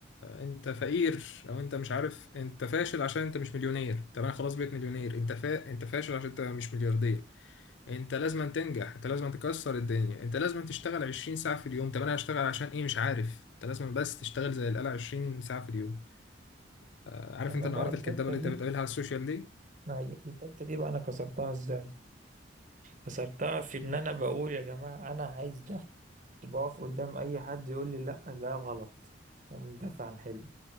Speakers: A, on the left; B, on the right.
A: انت فقير او انت مش عارف انت فاشل عشان انت مش مليونير طب انا خلاص بقيت مليونير انت فا... انت فاشل عشان انت مش ملياردير انت لازم أن تنجح انت لازم أن تكسر الدنيا انت لازم أن تشتغل 20 ساعة في اليوم طب انا هشتغل عشان ايه مش عارف انت لازم بس تشتغل زي القلع 20 ساعة في اليوم آه، عارف
B: انا
A: انت
B: بقى
A: النعرات
B: الحته
A: الكدابة اللي
B: دي
A: انت بتقابلها على السوشيال دي
B: ما هي الحته دي بقى انا كسرتها ازاي كسرتها في ان انا بقول يا جماعه انا عايز ده وبقف قدام اي حد يقول لي لا ده غلط ومدافع عن حلمي